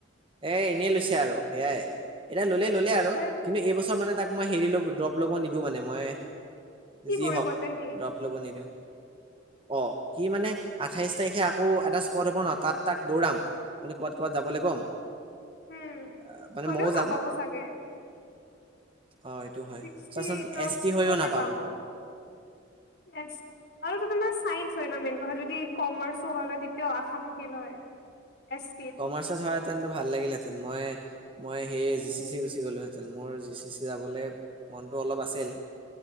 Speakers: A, on the right (about 25°); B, on the left (about 55°).
A: এই এনেই লৈছে আৰু সেয়াই, এতিয়া ললে ললে আৰু
B: ধেৎ
A: কিন্তু এইবছৰ মানে তাক মই হেৰি ল'ব ড্ৰপ ল'ব নিদিওঁ মানে, মই
B: কি
A: যি
B: কৰিব
A: হওঁক
B: তে সি
A: ড্ৰপ ল'ব নিদিওঁ। অ', কি মানে আঠাইশ তাৰিখে আকৌ এটা স্পট হ'ব ন, তাত তাক দৌৰাম। মানে ক'বাত ক'বাত যাবলৈ কম।
B: উ,
A: আহ, মানে
B: হ'লেও
A: ময়ও
B: নাপাব
A: যাম
B: চাগে।
A: অ', এইটো হয়,
B: ছিক্সটি
A: চোৱাচোন
B: এইটত
A: এছ টি হৈয়ো
B: ক'তে
A: নাপাব।
B: পাব এছ। আৰুটো তোমাৰ চাইন্স হয় ন, মেইন কথা যদি কমাৰ্চো হ'ল হয়, তেতিয়াও আশা থাকিল হয়। এছ টিত
A: কমাৰ্চত হোৱাহেঁতেনটো ভাল লাগিলহেঁতেন, মই মই সেই
B: উম
A: জি চি চি গুচি গ'লোহেতেন। মোৰ জি চি চি যাবলে, মনটো অলপ আছিল।